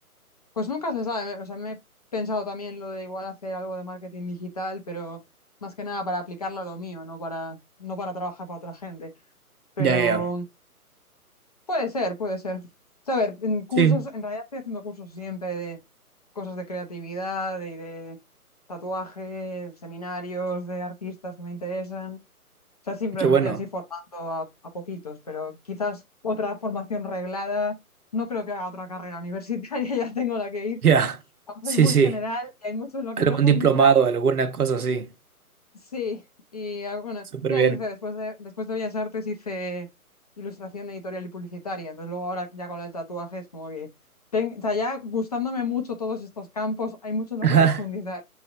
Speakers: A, on the left (about 25°); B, on the right (about 75°).
A: pues nunca se sabe. O sea, me he pensado también lo de igual hacer algo de marketing digital, pero más que nada para aplicarlo a lo mío, no para, no para trabajar para otra gente. Pero
B: Ya, ya. ya.
A: puede ser, puede ser. O sea, a ver, en cursos,
B: Sí,
A: en realidad estoy haciendo cursos siempre cosas de creatividad y de tatuaje, seminarios de artistas que me interesan. O sea, siempre
B: qué
A: me
B: bueno.
A: estoy así formando
B: <laughs>
A: a, a poquitos, pero quizás otra formación reglada. No creo que haga otra carrera universitaria, <laughs> ya tengo la que hice.
B: Ya.
A: Además
B: Sí,
A: es muy
B: sí.
A: general y hay mucho en lo que
B: Algún
A: profundizar.
B: diplomado, alguna cosa así.
A: Sí, y ah, bueno,
B: Súper
A: ya
B: bien.
A: hice, después de, después de Bellas Artes hice ilustración editorial y publicitaria. Entonces luego ahora ya con el tatuaje es como que... ten- o sea, ya gustándome mucho todos estos campos, hay mucho en lo
B: <laughs> Ajá.
A: que profundizar.